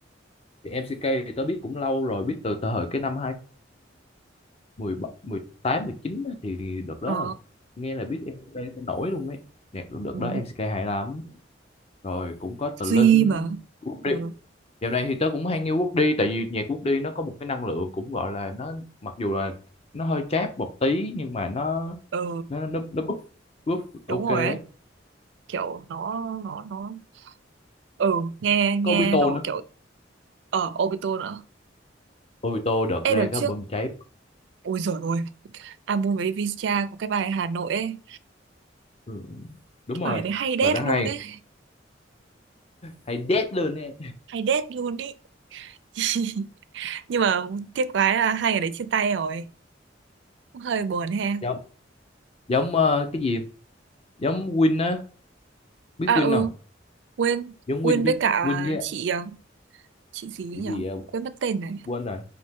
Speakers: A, on the left; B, on the right.
A: thì MCK thì tớ biết cũng lâu rồi biết từ từ thời cái năm 2017 18 19 á, thì đợt đó
B: ờ
A: là, nghe là biết MCK sẽ nổi luôn ấy nhạc đợt
B: ừ.
A: đó MCK hay lắm rồi cũng có Tờ Linh
B: Duy mà
A: Quốc
B: ừ.
A: Đi Dạo này thì tớ cũng hay nghe Woody tại vì nhạc Woody nó có một cái năng lượng cũng gọi là nó mặc dù là nó hơi chát một tí nhưng mà nó
B: ờ
A: nó nó nó búp búp ok
B: đúng rồi
A: đấy.
B: ấy kiểu nó nó nó ừ nghe nghe
A: Có Obito
B: nó
A: nữa.
B: kiểu ở Obito nữa
A: Obito đợt ra
B: Ê đợt
A: cái
B: trước
A: bơm cháy.
B: Ôi giời ơi album với Visca có cái bài Hà Nội ấy
A: Ừ, đúng rồi.
B: Bài đấy hay đét
A: Bà đã hay
B: luôn ấy
A: hay đét luôn nè.
B: Hay đét luôn ý <laughs> Nhưng mà tiếc quá là hai người đấy chia tay rồi Cũng hơi buồn ha
A: Giống giống ờ, cái gì? Giống Win á, biết
B: À
A: Win
B: ừ
A: không?
B: quên
A: Giống
B: Quên
A: Win với
B: với cả
A: Win với
B: chị à, Chị gì ấy
A: cái
B: nhỉ
A: gì ờ,
B: Quên mất tên này
A: quên rồi.